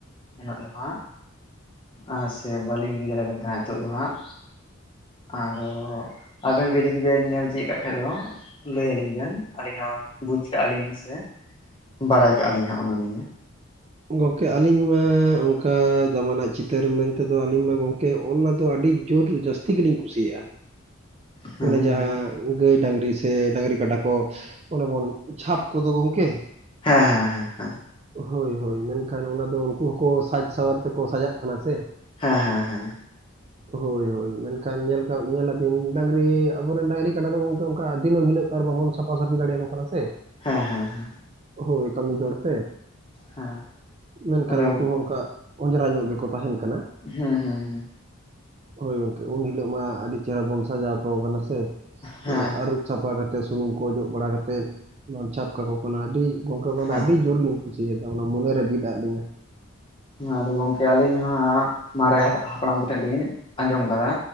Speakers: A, on the left; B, on the right.
A: ᱩᱱᱟᱹᱜ ᱫᱚ ᱦᱟᱸᱜ ᱟᱨ ᱥᱮ ᱵᱟᱹᱞᱤᱧ ᱞᱟᱹᱭ ᱫᱟᱲᱮᱭᱟᱜ ᱠᱟᱱ ᱛᱟᱦᱮᱱᱟ ᱱᱤᱛᱚᱜ ᱫᱚ ᱦᱟᱸᱜ᱾ ᱟᱫᱚ ᱟᱵᱮᱱ ᱜᱮ ᱡᱩᱫᱤ ᱵᱮᱱ ᱧᱮᱞ ᱛᱤᱭᱜ ᱠᱟᱜ ᱠᱷᱟᱡ ᱫᱚ᱾ ᱞᱟᱹᱭ ᱟᱹᱞᱤᱧ ᱵᱮᱱ ᱟᱹᱞᱤᱧ ᱦᱚᱸ ᱵᱩᱡᱽ ᱠᱟᱜᱼᱟᱞᱤᱧ ᱥᱮ ᱵᱟᱲᱟᱭ ᱠᱟᱜᱼᱟᱞᱤᱧ ᱦᱟᱸᱜ ᱚᱱᱟ ᱱᱤᱭᱮ?
B: ᱜᱚᱢᱠᱮ ᱟᱹᱞᱤᱧ ᱢᱟ ᱚᱱᱠᱟ ᱫᱟᱢᱟ ᱱᱟᱜ ᱪᱤᱛᱟᱹᱨ ᱢᱮᱱᱛᱮᱫᱚ ᱟᱹᱞᱤᱧ ᱢᱟ ᱜᱚᱢᱠᱮ ᱚᱱᱟ ᱫᱚ ᱟᱹᱰᱤᱼᱼ ᱡᱳᱨ ᱡᱟᱹᱥᱛᱤ ᱜᱮᱞᱤᱧ ᱠᱩᱥᱤᱭᱟᱜᱼᱟ᱾
A: ᱦᱮᱸ
B: ᱚᱱᱮ ᱡᱟᱦᱟᱸᱼᱼ
A: ᱢᱟᱞᱮ
B: ᱜᱟᱹᱭ ᱰᱝᱨᱤ ᱥᱮ ᱰᱝᱨᱤ ᱠᱟᱰᱟ ᱠᱚ ᱚᱱᱮ ᱵᱚᱱ ᱪᱷᱟᱯ ᱠᱚᱫᱚ ᱜᱚᱝᱠᱮ
A: ᱦᱮᱸ ᱦᱮᱸ ᱦᱮᱸ ᱦᱮᱸ᱾
B: ᱦᱳᱭ ᱦᱳᱭ ᱢᱮᱱᱠᱷᱟᱱ ᱚᱱᱟ ᱫᱚ ᱩᱱᱠᱩ ᱦᱚᱸᱠᱚ ᱥᱟᱡᱽ ᱥᱟᱶᱟᱨ ᱛᱮᱠᱚ ᱥᱟᱡᱟᱜ ᱠᱟᱱᱟ ᱥᱮ
A: ᱦᱮᱸ ᱦᱮᱸ ᱦᱮᱸ
B: ᱦᱳᱭ ᱦᱳᱭ ᱢᱮᱱᱠᱷᱟᱱ ᱧᱮᱞ ᱧᱮᱞᱟᱵᱤᱱ ᱰᱟᱝᱨᱤ ᱟᱵᱚᱨᱮᱱ ᱰᱟᱝᱝᱨᱤ ᱠᱟᱰᱟ ᱫᱚ ᱜᱚᱝᱠᱮ ᱚᱱᱠᱟ ᱫᱤᱹᱢ ᱦᱤᱞᱳᱜ ᱟᱨ ᱵᱟᱵᱚᱱᱼᱼ ᱥᱟᱯᱷᱟ ᱥᱟᱹᱯᱷᱤ ᱫᱟᱲᱮ ᱭᱟᱠᱚ ᱠᱟᱱᱟ ᱥᱮ᱾
A: ᱦᱮᱸ ᱦᱮᱸ ᱦᱮᱸ
B: ᱦᱭ ᱠᱟᱹᱢᱤ ᱡᱚᱲᱛᱮ
A: ᱦᱮᱸ
B: ᱢᱮᱱᱠᱷᱟᱱ
A: ᱟᱫᱚ
B: ᱩᱱᱠᱩ ᱦᱚᱸ ᱚᱱᱠᱟ ᱚᱸᱡᱽᱨᱟ ᱧᱚᱜ ᱜᱮᱠᱚ ᱛᱟᱦᱮᱱ ᱠᱟᱱᱟ᱾
A: ᱦᱩᱸ ᱦᱩᱸ ᱦᱩᱸ
B: ᱦᱳᱭ ᱜᱚᱝᱠᱮ ᱩᱱ ᱦᱤᱞᱳᱜ ᱢᱟ ᱟᱹᱰᱤ ᱪᱮᱦᱨᱟ ᱵᱚᱱ ᱥᱟᱡᱟᱣ ᱠᱟ ᱠᱟᱱᱟ ᱥᱮ
A: ᱦᱮᱸ
B: ᱟᱨᱩᱯᱼᱼ ᱥᱟᱯᱷᱟ ᱠᱟᱛᱮᱮᱫ ᱥᱩᱱᱩᱢ ᱠᱚ ᱚᱡᱚᱜ ᱵᱟᱲᱟ ᱠᱟᱛᱮᱮᱫ ᱚᱱᱟ ᱪᱷᱟᱯ ᱠᱟᱠᱚ ᱠᱟᱱᱟ ᱟᱹᱰᱤ ᱜᱚᱝᱠᱮ ᱚᱱᱟ
A: ᱦᱮᱸ
B: ᱫᱚ ᱟᱹᱰᱤ ᱡᱳᱨ ᱤᱧ ᱠᱩᱥᱤᱟᱜᱼᱟ᱾ ᱪᱷᱟ ᱚᱱᱟ ᱢᱚᱱᱮ ᱨᱮ ᱵᱤᱫ ᱟᱫ ᱞᱤᱧᱟᱹ
A: ᱟᱫᱚ ᱜᱚᱝᱠᱮ ᱟᱹᱞᱤᱧ ᱦᱚᱸ ᱢᱟᱨᱮ ᱦᱟᱯᱲᱟᱢ ᱠᱚᱴᱷᱮᱱ ᱞᱤᱧ ᱟᱸᱡᱚᱢ ᱟᱠᱟᱫᱟ᱾